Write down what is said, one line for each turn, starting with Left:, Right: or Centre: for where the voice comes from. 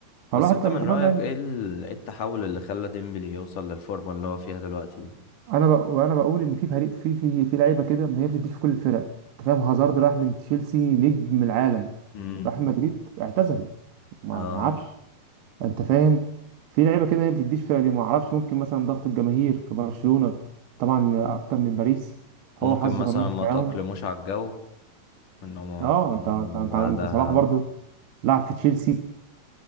Right: فالواحد
Left: بس انت
Right: كان
Left: من
Right: يتمنى
Left: رأيك ايه ال- إيه التحول اللي خلى ديمبلي يوصل للفورمة اللي هو فيها دلوقتي
Right: انا بق... وانا بقول ان في فريق في في في لعيبه كده ما هي بتديش في كل الفرق انت فاهم هازارد راح من تشيلسي نجم العالم
Left: امم
Right: راح مدريد اعتزل ما
Left: اه
Right: ما لعبش انت فاهم في لعيبه كده هي ما بتديش فرق دي ما اعرفش ممكن مثلا ضغط الجماهير في برشلونه طبعا اكتر من باريس هو
Left: ممكن
Right: حظه
Left: مثلا
Right: كان وحش
Left: ما
Right: معاهم
Left: تأقلموش على الجو انه ما-
Right: اه انت انت
Left: وبعدها
Right: انت, انت صلاح برضو لعب في تشيلسي